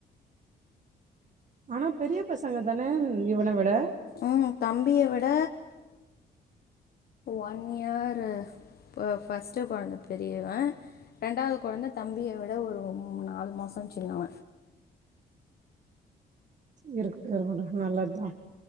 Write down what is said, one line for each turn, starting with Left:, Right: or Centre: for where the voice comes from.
Right: ஆனா பெரிய பசங்க தான இவன விட
Left: ம் தம்பிய விட ஒன் இயர் ப ஃபர்ஸ்ட்டு கொழந்த பெரியவ ரெண்டாவது கொழந்த தம்பிய விட ஒரு ஒம் நாலு மாசோ சின்னவ
Right: இருக்குட்டு இருக்கட்டு நல்லது தா